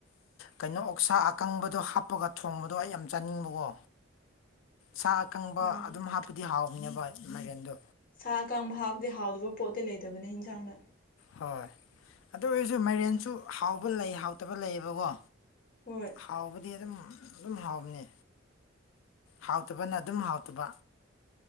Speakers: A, on the left; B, on the left.
A: ꯀꯩꯅꯣ ꯑꯣꯛꯁꯥ ꯑꯀꯪꯕꯗꯣ ꯍꯥꯞꯄꯒ ꯊꯣꯡꯕꯗꯣ ꯑꯩ ꯌꯥꯝ ꯆꯥꯅꯤꯡꯕꯀꯣ
B: <inaudible>
A: ꯁꯥ ꯑꯀꯪꯕ
B: ꯎꯝ
A: ꯑꯗꯨꯝ ꯍꯥꯞꯄꯗꯤ ꯍꯥꯎꯕꯅꯦꯕ ꯃꯥꯏꯀꯦꯟꯗꯣ
B: ꯁꯥ ꯀꯥꯡꯪꯕ ꯍꯥꯞꯇꯗꯤ ꯍꯥꯎꯗꯕ ꯄꯣꯠꯇꯤ ꯂꯩꯇꯕꯅꯦ ꯌꯦꯟꯁꯥꯡꯗ
A: ꯍꯣꯏ ꯑꯗꯨ ꯑꯣꯏꯔꯁꯨ ꯃꯔꯦꯟꯁꯨ ꯍꯥꯎꯕ ꯂꯩ ꯍꯥꯎꯇꯕ ꯂꯩꯌꯦꯕꯀꯣ
B: ꯍꯣꯏ
A: ꯍꯥꯎꯕꯗꯤꯗ ꯑꯗꯨꯝ ꯍꯥꯎꯕꯅꯤ ꯍꯥꯎꯇꯕꯅ ꯑꯗꯨꯝ ꯍꯥꯎꯇꯕ